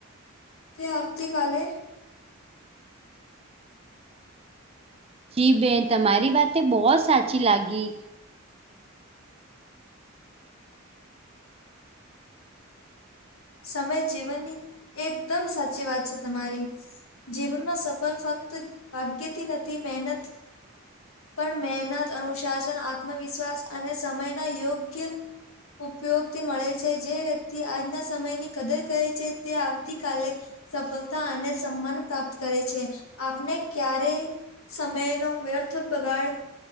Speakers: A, on the left; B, on the right.
A: તે આવતી કાલે
B: જી બેન તમારી વાતે બો સાચી લાગી
A: સમય જીવનની એકદમ સાચી વાત છે તમારી જીવનમાં સફર ફક્ત ભાગ્યથી નથી મહેનત પણ મહેનત, અનુશાસન, આત્મવિશ્વાસ અને સમયના યોગ્ય ઉપયોગથી મળે છે, જે વ્યક્તિ આજના સમયની કદર કરે છે, તે આવતીકાલે સફલતા અને સન્માન પ્રાપ્ત કરે છે, આપને ક્યારે સમયનો વ્યર્થ બગાડ